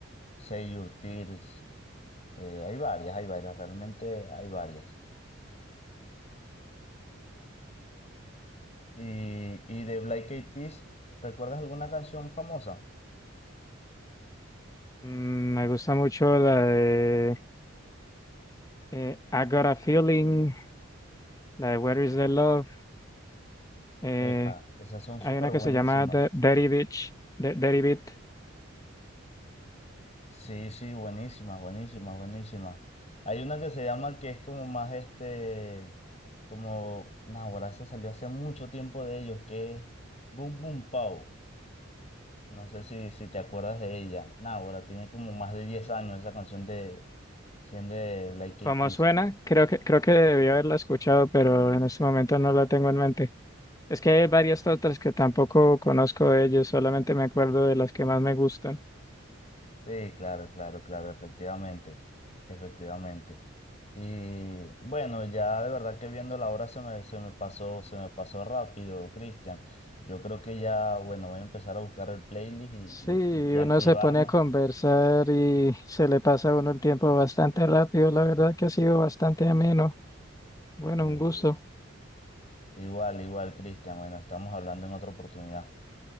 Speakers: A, on the left (about 35°); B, on the left (about 15°).
A: Save Your Tears, eh, hay varias, hay varias, realmente hay varias. Y, y de Black Eyed Peas, ¿recuerdas alguna canción famosa?
B: Mm, me gusta mucho la de eh, I Got a Feeling, la de Where Is the Love. eh,
A: Epa, esas son
B: Hay
A: súper
B: una
A: buenísimas.
B: que se llama The Dirty Beach, de Dirty Beat.
A: Sí, sí, buenísimas, buenísimas, buenísimas. Hay una que se llama que es como más este, como, nah, esa salió hace mucho tiempo de ellos, que es Boom Boom Pow. No sé si, si te acuerdas de ella. Nah, ahora tiene como más de 10 años esa canción de, siendo de Black
B: ¿Cómo
A: Eyed Peas.
B: suena? Creo que, creo que debí haberla escuchado, pero en este momento no la tengo en mente. Es que hay varias otras que tampoco conozco de ellos, solamente me acuerdo de las que más me gustan.
A: Sí, claro, claro, claro, efectivamente, efectivamente. Y bueno, ya de verdad que viendo la hora se me, se me pasó, se me pasó rápido, Cristian. Yo creo que ya, bueno, voy a empezar a buscar el playlist y,
B: Sí,
A: y, y
B: uno
A: activarme.
B: se pone a conversar y se le pasa a uno el tiempo bastante rápido. La verdad que ha sido bastante ameno. Bueno,
A: Sí,
B: un gusto.
A: sí. Igual, igual, Cristian. Bueno, estamos hablando en otra oportunidad.